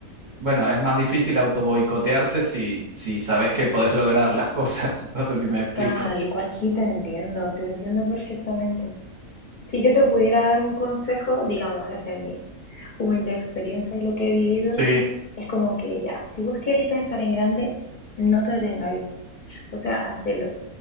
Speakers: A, on the right; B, on the left.
A: bueno, es más difícil autoboicotearse si, si sabes que podés lograr las cosas. <laughs> No sé si me explico.
B: Tal cual, sí te entiendo, te entiendo perfectamente. Si yo te pudiera dar un consejo, digamos, desde mi humilde experiencia y lo que he vivido,
A: Sí,
B: es como que ya, si vos queréis pensar en grande, no te detengáis. O sea, hacelo.